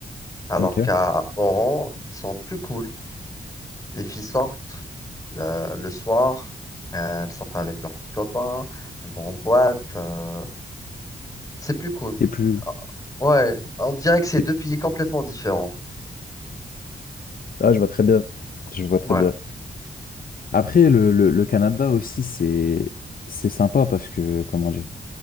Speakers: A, on the left (about 20°); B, on the left (about 55°).
A: Alors
B: Ok.
A: qu'à Oran, ils sont plus cool. Les filles sortent le, le soir, elles sortent avec leurs petits copains, elles vont en boîte. euh, c'est plus cool.
B: Et plus.
A: Ouais, on dirait que
B: c'est
A: c'est deux pays complètement différents.
B: Ah, je vois très bien. Je vois très
A: Ouais.
B: bien. Après, le, le, le Canada aussi, c'est, c'est sympa parce que, comment dire,